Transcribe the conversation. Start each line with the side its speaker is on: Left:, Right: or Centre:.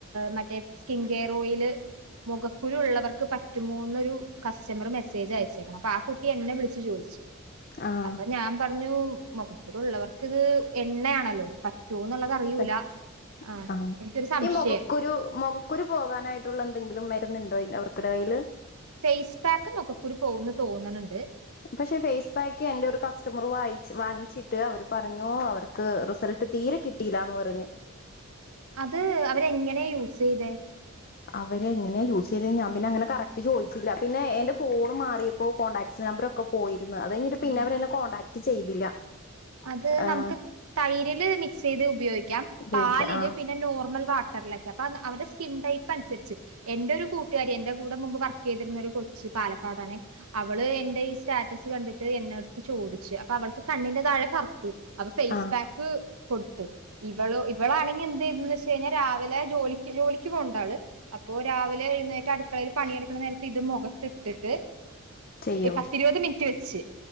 Right: മറ്റേ സ്കിൻ കെയർ ഓയില് മൊഖക്കുരു ഉള്ളവർക്ക് പറ്റുമോന്നൊരു കസ്റ്റമർ മെസ്സേജ് അയച്ചേക്കണ്. അപ്പോ ആ കുട്ടി എന്നെ വിളിച്ചു ചോയ്ച്ച്
Left: ആഹ്
Right: അപ്പ ഞാൻ പറഞ്ഞു. മൊഖക്കുരുള്ളവർക്ക്ത് എണ്ണയാണല്ലോ പറ്റോന്നുള്ളത് അറിയൂല
Left: പറ്റ്
Right: ആഹ്
Left: അഹ്
Right: എനിക്കൊരു സംശയം
Left: ഈ മൊഖക്കുരു മൊക കുരു പോകാനായിട്ടുള്ള എന്തെങ്കിലും മരുന്നുണ്ടോ ഇൻ അവർക്കടെ കയ്യില്
Right: ഫേസ് പാക്ക് മൊഖക്കുരു പോകുംന്ന് തോന്നണ് ണ്ട്
Left: പക്ഷേ ഫേസ്പാക്ക് ക്ക് എന്റെ ഒരു കസ്റ്റമറ് വായിച്ച് വാങ്ങിച്ചിട്ട് അവര് പറഞ്ഞു അവർക്ക് റിസൾട്ട് തീരെ കിട്ടിയില്ലാന്ന് പറഞ്ഞു.
Right: അത് അവര് എങ്ങനെ യൂസ്യ്തെ?
Left: അവരെങ്ങനെ യൂസ്യ്തേ ഞാൻ പിന്നെ അങ്ങനെ കറക്ട് ചോയിച്ചില്ല. പിന്നെ എന്റെ ഫോൺ മാറിയപ്പോ കോൺടാക്ട് നമ്പർ ഒക്ക പോയിരുന്ന് അത് കഴിഞ്ഞിട്ട് പിന്നെ
Right: ഉം.
Left: അവരെന്നെ കോൺടാക്ട് ചെയ്തില്ല.
Right: അത്
Left: ആഹ്
Right: നമുക്ക് തൈരില് മിക്സ് ചെയ്ത് ഉപയോഗിക്കാം.
Left: ഉപയോഗിക്ക
Right: പാലില്
Left: ആഹ്
Right: പിന്നെ നോർമൽ വാ ട്ടറിലൊക്കെ അപ്പ അവർടെ സ്കിൻ ടൈപ്പ് അനുസരിച്ച് എന്റെ ഒരു കൂട്ടുകാരി എന്റെ കൂടെ മുമ്പ് വർക്ക് ചെയ്തിരുന്ന ഒരു കൊച്ച് പാലക്കാടാണേ അവള് എന്റെ ഈ സ്റ്റാറ്റസ് കണ്ടിട്ട് എന്ന അടുത്ത് ചോദിച്ച്. അപ്പ അവൾക്ക് കണ്ണിന്റെ താഴെ കറപ്പ് അപ്പ ഫേസ്
Left: ആഹ്
Right: പാക്ക് കൊടുത്ത്. ഇവളോ ഇവളാണെങ്കിൽ എന്ത് ചെയ്തന്ന് വെച്ച് കഴിഞ്ഞാ രാവിലെ ജോലിക്ക് ജോലിക്ക് പോണ് ണ്ട് ആള് അപ്പോ രാവിലെ എഴുന്നേറ്റ് അടുക്കളയിൽ പണിയെടുക്കുന്ന നേരത്ത് ഇത് മൊഖത്ത് ഇട്ടിട്ട്
Left: ചെയ്യോ
Right: പത്ത് ഇരുപത് മിനിറ്റ് വെച്ച്